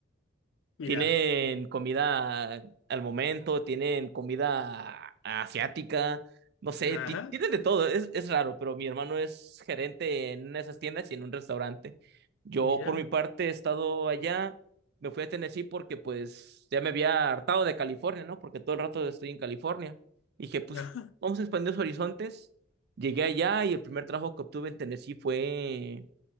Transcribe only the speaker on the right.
Tienen comida al momento, tienen comida asiática, no sé,
ti- tienen de todo, es, es raro, pero mi hermano es gerente en una de esas tiendas y en un restaurante. Yo
por mi parte he estado allá, me fui a Tennessee porque pues ya me había hartado de California, ¿no? Porque todo el rato estoy en California. Y dije, pues
vamos a expandir los horizontes. Llegué allá y el primer trabajo que obtuve en Tennessee fue,